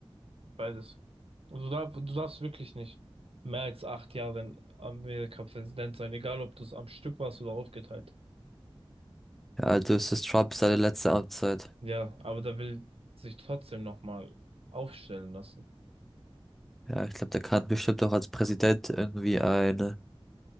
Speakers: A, on the right (about 75°); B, in the centre.
A: beides. Also da, du darfst wirklich nicht mehr als acht Jahre in Amerika Präsident sein, egal ob du es am Stück warst oder aufgeteilt.
B: ja, also ist es Trump seine letzte Amtszeit?
A: Ja, aber da will sich trotzdem nochmal aufstellen lassen.
B: Ja, ich glaube, der kann bestimmt auch als Präsident irgendwie eine,